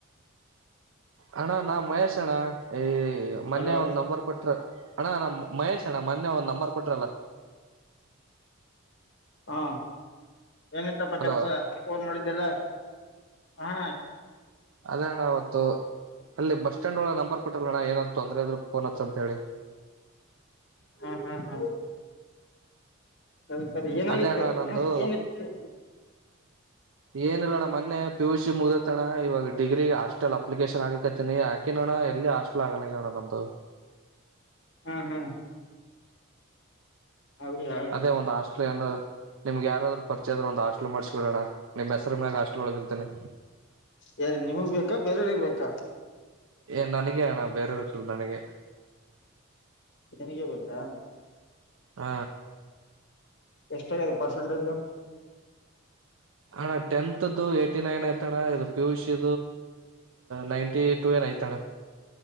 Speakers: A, on the right; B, on the left.
A: ಅಣ್ಣಾ ನಾ ಮಹೇಶ್ ಅಣ್ಣ ಈ ಮೊನ್ನೆ
B: ಹಲೋ
A: ಒಂದ್ ನಂಬರ್ ಕೊಟ್ರ ಅಣ್ಣ ನಮ್ಮ್ ಮಹೇಶ್ ಅಣ್ಣ ಮೊನ್ನೆ ಒಂದ್ ನಂಬ ನಂಬಾರ್ ಕೊಟ್ನಾಳ
B: ಹಾ ಏನತ್ತಪ್ಪ
A: ಹಲೋ
B: ಕೆಲ್ಸ ಫೋನ್ ಮಾಡಿದ್ದೆಲ್ಲ ಹಾ
A: ಅದೆ ಅಣ್ಣಾ ಅವತ್ತು ಅಲ್ಲಿ ಬಸ್ ಸ್ಟ್ಯಾಂಡ್ ಒಳಗೆ ನಂಬರ್ ಕೊಟ್ಟಲ್ಲ ಅಣ್ಣ ಏನಾದು ತೊಂದ್ರೆ ಆದ್ರು ೋನ್ ಅತ್ ಅಂತ ಹೇಳಿ
B: ಹಾ ಹಾ ಹಾ ಸರಿ ಸರಿ ಏನಾಗಿತ್ತು
A: ಅದೇ ಅಣ್ಣ ನಂದು
B: ಏನಕ್ಕೆ
A: ಏನ ಇಲ್ಲ ನಮ್ಮ ಮೊನ್ನೆ ಪಿುಷಿ ಮುಗ ಣ ಇವಾಗ ಡಿಗ್ರಿ ಹಾಸ್ಟೆಲ್ ಅಪ್ಲಿಕೇಶನ್ ಆಗಕತ್ತೀನಿ ಆಾಕಿ ಅಣ್ಣ ಎಲ್ಲಿ ಹಾಸ್ಟೆಲ್ ಆಗಲಣ್ಣ ನಂದು ಹ
B: ಹಾ ಹಾ ಹೌದಾ
A: ಅದೇ ಒಂದ್ ಹಾಸ್ಟೆಲ್ ಏನ ನಿಮ್ಗೆ ಯಾರಾದ್ರು ಪರಿಚೆ ಆದ್ರ ಒಂದು ಹಾಸ್ಟಲ್ ಮಾಡಸ್ಕೊಡೋಣ ನಿಮ್ ಹೆಸರು ಮ್ಯಾಗ ಹಾಸ್ಟೆಲ್ ಒಳಿರ್ತೇನೆ
B: ಯಾರ ನಿಮಗ್ ಬೇಕಾ ಬೇರೆಯವ್ರಗ್ ಬೇಕಾ
A: ಏ ನನಗೆ ಅಣ್ಣ ಬೇರೆ ಅವನೂ ಅಲ್ಲಾ ನನಗೆ
B: ನಿಂಗೆ ಬೇಕಾ
A: ಹ
B: ಎಷ್ಟ ಪರ್ಸೆಂಟೇಜು
A: ಅಣ್ಣಾ ಹತ್ತನೇ ಧು ಎಂಬತ್ತನಾಲ್ಕು ನೈನ್ ಐತಣ್ಣ ಇದು ಪಿಯುಷು ನೈನ್ಟಿ ಟ ಆಯ್ತಣ